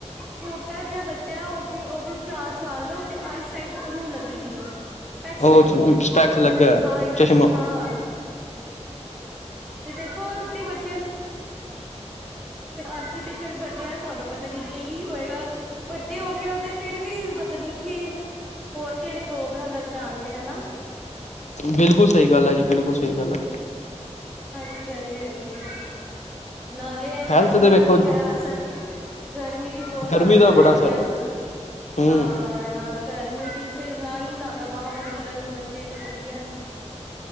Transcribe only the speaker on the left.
ਉਹ
ਸਪੈਕਸ ਲੱਗਿਆ
ਚਸ਼ਮਾ
ਬਿਲਕੁੱਲ ਸਈ ਗੱਲ ਆ ਜੀ, ਬਿਲਕੁੱਲ ਸਈ ਗੱਲ ਆ।
ਹੈਲਥ
ਦੇ
ਵੇਖੋ
ਗਰਮੀ
ਦਾ
ਬੜਾ
ਅਸਰ
ਹੈ ਹਮ